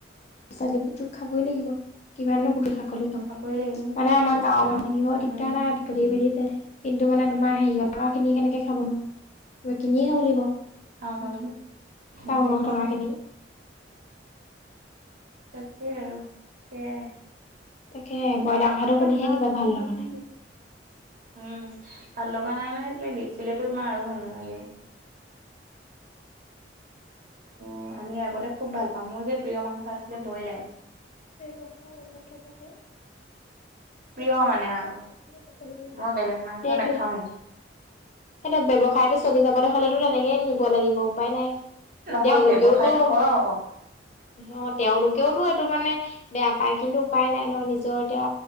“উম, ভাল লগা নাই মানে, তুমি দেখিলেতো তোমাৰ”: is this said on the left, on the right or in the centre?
Right